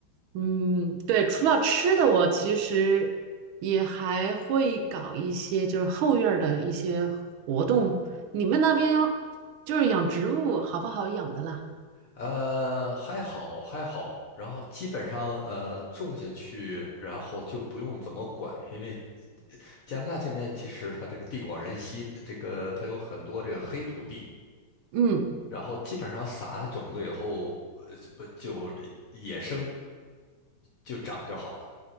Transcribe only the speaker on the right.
嗯，对，除了吃的，我其实也还会搞一些就是后院儿的一些活动。你们那边就是养植物好不好养的啦？
嗯，